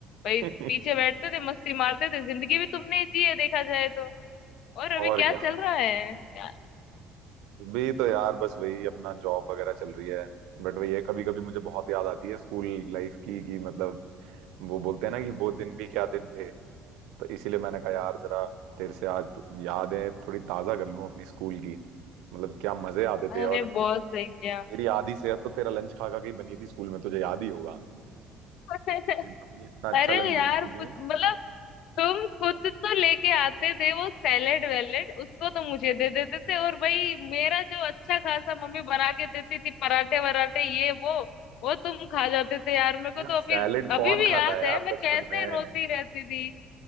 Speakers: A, on the left; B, on the right.
A: भाई
B: <laughs>
A: पीछे बैठते थे मस्ती मारते थे जिंदगी भी तुमने ही जी है देखा जाए तो और अभी
B: और
A: क्या
B: क्या
A: चल रहा है या-
B: भी तो यार बस वही अपना जॉब वगैरह चल रही है बट वही है कभी कभी मुझे बहुत याद आती है स्कूल लाइफ की कि मतलब वो बोलते हैं ना कि वो दिन भी क्या दिन थे तो इसीलिए मैंने कहा यार जरा तेरे से आज तो यादें थोड़ी ताजा कर लूं अपनी स्कूल की मतलब क्या मजे आते थे
A: अरे
B: और
A: बहुत सही किया
B: मेरी आधी सेहत तो तेरा लंच खा खा के ही बनी थी स्कूल में तुझे याद ही होगा
A: <laughs>
B: मेरी मम्मी इतना अच्छा
A: अरे
B: लंच
A: यार
B: भेजती थी
A: कुछ मतलब तुम खुद तो लेके आते थे वो सैलेड वैलेड उसको तो मुझे दे देते थे और भाई मेरा जो अच्छा खासा मम्मी बना के देती थी पराठे वराठे ये वो वो तुम खा जाते थे यार मेरे
B: यार
A: को तो
B: सैलेड
A: अभी अभी
B: कौन
A: भी
B: खाता
A: याद
B: है यार
A: है मैं
B: बचपन
A: कैसे
B: में
A: रोती रहती थी